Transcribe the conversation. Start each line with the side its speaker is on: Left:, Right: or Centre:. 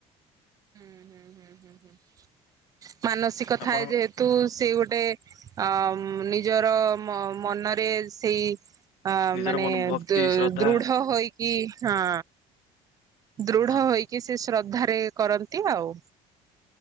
Right: ହୁଁ ହୁଁ ହୁଁ ହୁଁ ହୁଁ। ମାନସିକ
Left: ଆପଣ
Right: ଥାଏ ଯେହେତୁ ସେ ଗୋଟେ ଆ ନିଜର ମ ମନରେ ସେଇ ଆ
Left: ନିଜର
Right: ମାନେ
Left: ମନ ଭକ୍ତି
Right: ଦୁ
Left: ଶ୍ରଦ୍ଧା
Right: ଦୃଢ ହୋଇକି ହଁ। ଦୃଢ
Left: ହଁ
Right: ହୋଇକି ସେ ଶ୍ରଦ୍ଧା ରେ କରନ୍ତି ଆଉ।